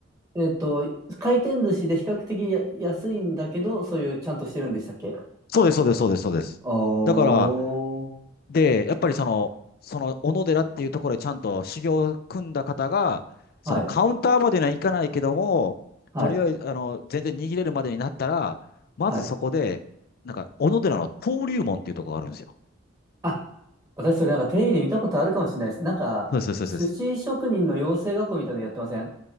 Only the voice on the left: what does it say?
そうです、そうです、そうです、そうです。
だから、で、やっぱりその、その小野寺っていうところでちゃんと修行を組んだ方が、そのカウンターまでにはいかないけども、
とりあえず、あの、全然握れるまでになったら、まずそこで、
なんか、小野寺の登竜門っていうところがあるんですよ。
そうです、そうです。